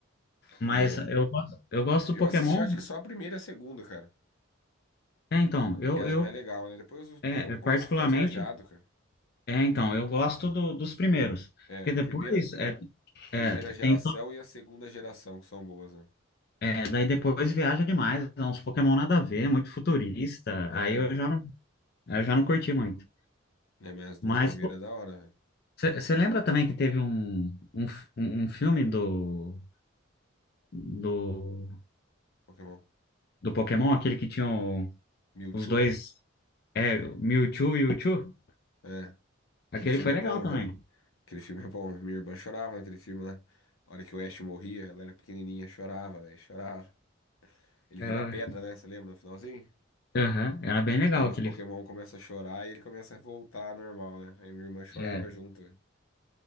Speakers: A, on the left; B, on the left.
A: Mas
B: viu?
A: eu, gosto- eu gosto
B: Eu
A: do Pokémon.
B: assisti acho que só a primeira e a segunda, cara.
A: É, então, eu,
B: Que é as
A: eu
B: mais legais, né? Depois os Pokémon
A: é, eu
B: começam
A: particularmente.
B: a ficar viajado, cara.
A: É, então, eu gosto do- dos primeiros.
B: É,
A: Porque
B: a
A: depois
B: primeira,
A: é,
B: primeira
A: é,
B: geração
A: tem
B: e a segunda geração que são boas, né?
A: É, daí depois viaja demais, é uns Pokémon nada a ver, muito futurista,
B: É,
A: aí eu já não, eu já não curti muito.
B: né? Mas as duas
A: Mas
B: primeiras é da hora, né?
A: você lembra também que teve um, um, f- um filme do, do,
B: Pokémon.
A: do Pokémon, aquele que tinha o-
B: Mewtwo?
A: os dois, é, Mewtwo e Mewtwo?
B: É.
A: Aquele
B: Aquele filme
A: foi
B: é
A: legal
B: bom,
A: também.
B: velho. Aquele filme é bom. Minha irmã chorava naquele filme lá. A hora que o Ash morria, ela era pequenininha, chorava, velho, chorava. Ele
A: Era,
B: vira pedra, né? Você lembra no finalzinho?
A: aham, era bem legal
B: Aí
A: aquele.
B: os Pokémon começam a chorar e ele começa a voltar normal, né? Aí minha irmã chorava
A: é.
B: junto, velho.